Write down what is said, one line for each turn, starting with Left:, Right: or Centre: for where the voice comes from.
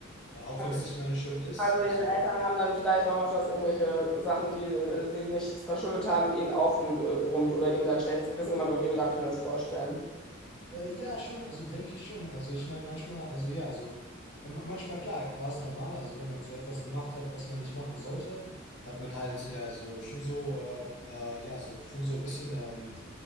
Left: äh, auch
Centre: Also
Left: wenn es nicht meine Schuld ist.
Centre: Also
Left: Also
Centre: ihre Eltern haben dann vielleicht auch öfters irgendwelche Sachen, die äh, sie nicht verschuldet haben, ihnen aufgebrummt oder ihnen dann ein schlechtes Gewissen gemacht. Oder wie darf ich mir das vorstellen?
Left: Äh, ja, schon, also denke ich schon. Also ich meine, manchmal, also ja, also äh, ma- manchmal, klar, war es normal. Also wenn man so etwas gemacht hat, was man nicht machen sollte, hat man halt ja so schon so, äh, äh, ja, so schon so ein bisschen, ähm,